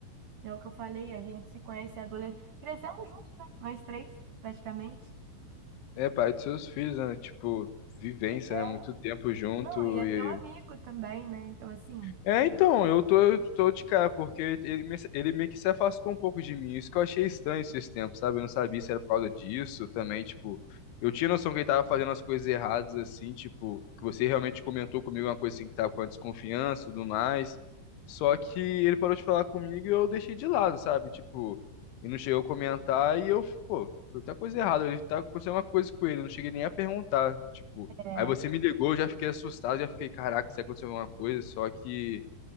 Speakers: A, on the right; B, on the left.
A: É o que eu falei, a gente se conhece é adolescente. Crescemos juntos, né? Nós três, praticamente.
B: É, pai dos seus filhos, né? Tipo, vivência,
A: É,
B: né? Muito tempo junto
A: não, e é
B: e
A: teu amigo também, né? Então, assim,
B: É, então, eu tô, eu tô de cara, porque ele, me- ele meio que se afastou um pouco de mim. Isso que eu achei estranho esses tempos, sabe? Eu não sabia se era por causa disso também, tipo. Eu tinha noção que ele tava fazendo as coisas erradas, assim, tipo, que você realmente comentou comigo uma coisa assim que tava com a desconfiança e tudo mais. Só que ele parou de falar comigo e eu deixei de lado, sabe? Tipo, ele não chegou a comentar e eu, pô, tem coisa errada. Ele tá acontecendo uma coisa com ele, eu não cheguei nem a perguntar, tipo.
A: é
B: Aí você me ligou, eu já fiquei assustado, já fiquei, caraca, se aconteceu alguma coisa, só que